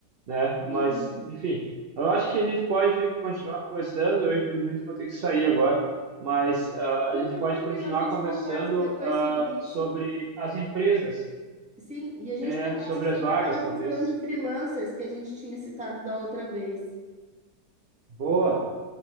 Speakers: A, on the right; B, in the centre.
A: né?
B: Sim,
A: Mas,
B: e
A: enfim, eu acho que a gente pode continuar conversando. Eu, infelizmente, vou ter que sair agora, mas ah, a
B: não,
A: gente
B: tá
A: pode
B: tranquilo,
A: continuar
B: a gente
A: conversando
B: conversa depois
A: ah,
B: sobre
A: sobre
B: isso
A: as empresas,
B: Sim, e a gente
A: é,
B: conversa
A: sobre
B: sobre
A: as vagas,
B: aquela questão
A: talvez.
B: de freelancers que a gente tinha citado da outra vez.
A: Boa,